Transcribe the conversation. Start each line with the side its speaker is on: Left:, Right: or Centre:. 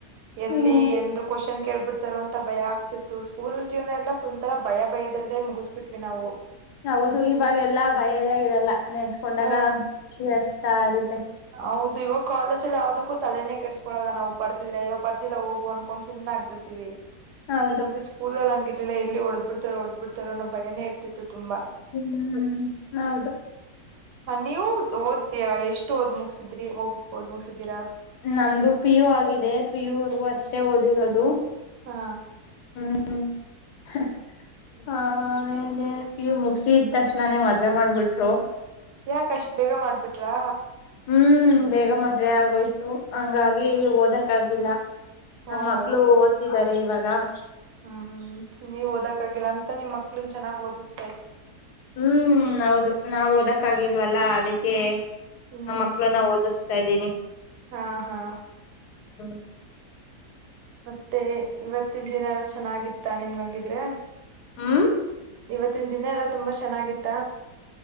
Right: ಎಲ್ಲಿ
Left: ಹ್ಮ್
Right: ಏನಾದ್ರು ಕ್ವೆಶ್ಚನ್ ಕೇಳ್ಬಿಡ್ತಾರೋ ಅಂತ ಭಯ ಆಗ್ತಿತ್ತು ಸ್ಕೂಲ್ ಜೀವನ ಎಲ್ಲ ಫುಲ್ ತರ ಭಯ ಭಯದಲ್ಲೇ ಮುಗಿಸ್ಬಿಟ್ವಿ ನಾವು
Left: ಹೌದು ಇವಾಗೆಲ್ಲಾ ಭಯ ಎಲ್ಲ ಇರಲ್ಲ ನೆನ್ಸ್ಕೊಂಡಾಗ
Right: ಹಾ
Left: ಖುಷಿ ಅನ್ಸ್ತಾ ಇರುತ್ತೆ
Right: -ಹೌದು ಇವಾಗ ಕಾಲೇಜಲ್ಲಿ ಯಾವ್ದಕ್ಕೂ ತಲೆೇನೆೇ ಕೆಟ್ಸ್ಕೊಳಲ್ಲ ನಾವು ಬರ್ದಿದ್ರೆ ಅಯೋ ಬರ್ದಿಲ್ಲಾ ಹೋಗ ಅನ್ಕೊಂಡು ಸುಮ್ನೆ ಆಗ್ಬಿಡ್ತೀವಿ
Left: ಹೌದು
Right: ಅದೇ ಸ್ಕೂಲ್ ಅಲ್ಲಿ ಹಿ <unintelligible> ಇಲ್ಲ ಎಲ್ಲಿ ಹೊಡಿದು ಬಿಡ್ತಾರೋ ಹೊಡದ ಬಿಡ್ತಾರನ್ನೋ ಭಯಾನೆ ಇರ್ತಿತ್ತು ತುಂಬಾ
Left: ಹ್ಮ್ ಹ್ಮ್ ಹೌದು
Right: ಹ ನೀವು ತೋದ್ಯ <inaudible> ಎಷ್ಟು ಓದ್ ಮುಗಸಿದ್ರಿ ಮುಗ ಓದ್ ಮುಗಸಿದ್ದಿರಾ <inaudible>
Left: ನಮ್ದು ಪಿ ಯು ಆಗಿದೆ ಪಿಯುವರ್ಗೂ ಅಷ್ಟೇ ಓದಿರೋದು
Right: ಹಾ
Left: ಹ್ಮ್ ಹೇೇ <unintelligible> ಇವು ಮುಗಿಸಿ ಇದ ತಕ್ಷಣನೇ ಮದುವೆ ಮಾಡ್ಬಿಟ್ರು
Right: ಯಾಕಷ್ಟ್ ಬೇಗ ಮಾಡ್ಬಿಟ್ರಾ
Left: ಹ್ಮ್ ಬೇಗ ಮದುವೆ ಆಗೋಯ್ತು ಹಂಗಾಗಿ ಹೋದ <unintelligible> ಕ್ಕಾಗಿಿಲ್ಲ ನಮ್ಮ
Right: ಓ
Left: ಮಕ್ಳು
Right: ಹೌದಾ
Left: ಓದ್ತಿದ್ದಾರೆ ಇವಾಗ ಹಾ
Right: ಹ್ಮ್ ನೀವ್ ಓದಕ್ಕಾಗಿಲ್ಲ ಅಂತ ನಿಮ್ಮಕ್ಳು ಚನ್ನಾಗ ಓದಿಸತ <unintelligible>
Left: -ಹ್ಮ್ ಹೌದು ನಾವ್ ಓದಕ್ಕ ಆಗಿಲ್ವಲ್ಲಾ ಅದಕ್ಕೆ
Right: ಹ್ಮ್
Left: ನಮ್ಮ ಮಕ್ಕಳನ ಓದಿಸ್ತಾ ಇದ್ದೀನಿ
Right: ಹಾ ಹಾ
Left: ಹ್ಮ <unintelligible>
Right: ಮತ್ತೆ ಇವತ್ತಿನ ದಿನ ಎಲ್ಲ ಚೆನ್ನಾಗಿತ್ತ ನಿಮ್ಗ ಹಂಗಿದ್ರೆ
Left: ಹ್ಮ್
Right: ಇವತ್ತಿನ ದಿನ ಎಲ್ಲಾ ತುಂಬಾ ಚೆನ್ನಾಗಿತ್ತ